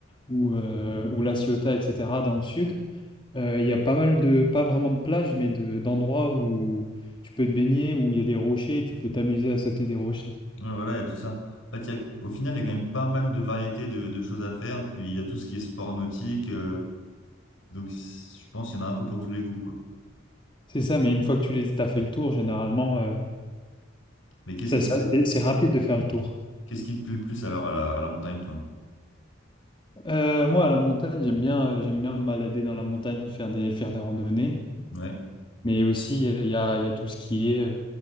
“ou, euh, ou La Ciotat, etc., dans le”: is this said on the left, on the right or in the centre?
Left